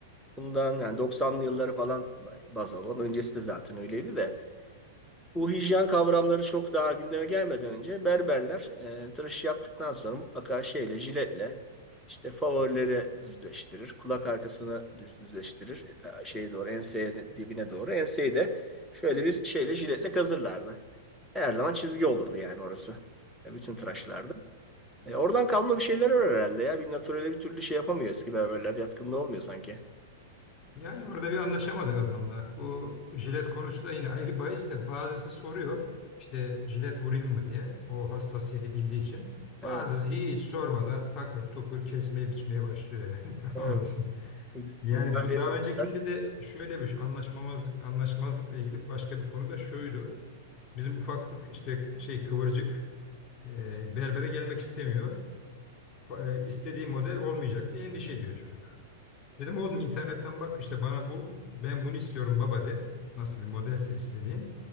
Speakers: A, in the centre; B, on the left.
A: bundan yani 90'lı yılları falan baz alalım. Öncesi de zaten öyleydi de. Bu hijyen kavramları çok daha gündeme gelmeden önce berberler e, tıraşı yaptıktan sonra mutlaka şeyle jiletle işte favorileri düzleştirir. Kulak arkasını düz, düzleştirir. e, Şeye doğru enseye de- dibine doğru. Enseyi de şöyle bir şeyle jiletle kazırlardı. Her zaman çizgi olurdu yani orası. E, bütün tıraşlarda. E, oradan kalma bir şeyler var herhalde ya. Bir naturele bir türlü şey yapamıyor eski berberler. Yatkınlığı olmuyor sanki.
B: Yani orada bir anlaşamadık adamla. Bu jilet konusu da yine ayrı bahis de bazısı soruyor işte jilet vurayım mı diye o hassasiyeti bildiği için.
A: Evet,
B: Bazısı hiç sormadan takır tukur kesmeye biçmeye başlıyor yani <laughs> tamam
A: evet.
B: olasın.
A: Müd-
B: Yani
A: Müdahale
B: bu
A: etmek
B: daha öncekinde
A: ister.
B: de şöyle bir şey anlaşmamazlık anlaşmazlıkla ilgili başka bir konu da şuydu. Bizim ufaklık işte şey kıvırcık e, berbere gelmek istemiyor. Fa- e, istediği model olmayacak diye endişe ediyor çocuk. Dedim oğlum internetten bak işte bana bul. Ben bunu istiyorum baba de. Nasıl bir modelse istediği.